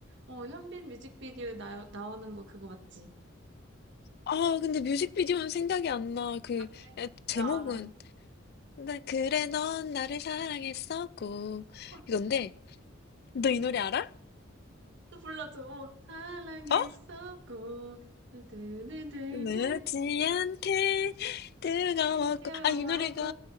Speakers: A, on the right (about 60°); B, on the left (about 50°).
A: 어, 현빈 뮤직비디오에 나, 나오는 거 그거 맞지?
B: 아, 근데 뮤직비디오는 생각이 안 나. 그,
A: 아, 그래?
B: 에, 제목은,
A: 나 알아.
B: 나 그래, 넌 나를 사랑했었고.
A: 어,
B: 이건데, 너 이 노래 알아?
A: 또 불러줘. 어, 사랑했었고,
B: 어?
A: 두두두두두,
B: 늦지 않게 뜨거웠고.
A: 느껴왔고.
B: 아, 이 노래가,